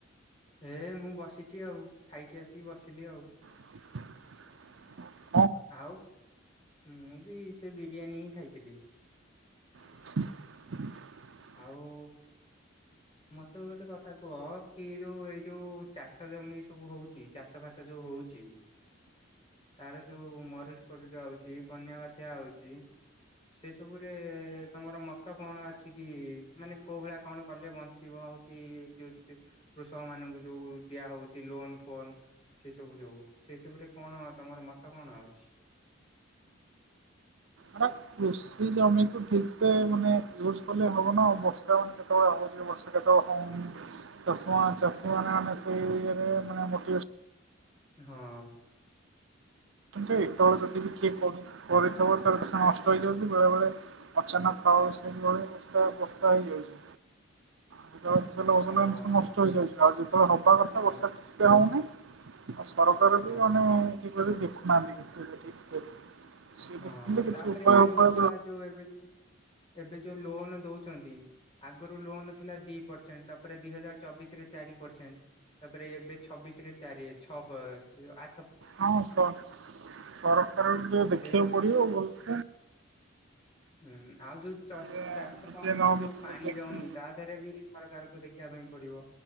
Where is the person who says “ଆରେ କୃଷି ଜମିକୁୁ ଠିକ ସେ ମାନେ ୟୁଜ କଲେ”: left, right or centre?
Right